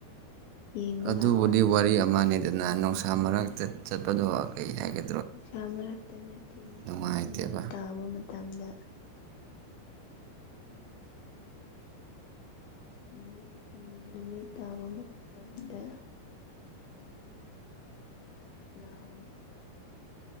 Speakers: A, on the left; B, on the right.
A: ꯌꯦꯡꯕ
B: ꯑꯗꯨꯕꯨꯗꯤ
A: ꯂꯥꯛꯑꯣ
B: ꯋꯥꯔꯤ ꯑꯃꯅꯦꯗꯅ ꯅꯨꯡꯁꯥ ꯃꯔꯛꯇ ꯆꯠꯄꯗꯣ ꯀꯔꯤ ꯍꯥꯏꯒꯦ
A: ꯅꯨꯡꯁꯥ ꯃꯔꯛꯇ ꯅꯠꯇꯦꯅꯦ
B: ꯅꯨꯡꯉꯥꯏꯇꯦꯕ
A: ꯅꯨꯃꯤꯠ ꯇꯥꯕ ꯃꯇꯝꯗ ꯅꯨꯃꯤꯠ ꯅꯨꯃꯤꯠ ꯇꯥꯕ ꯃꯇꯝꯗ ꯂꯑꯣꯅꯦ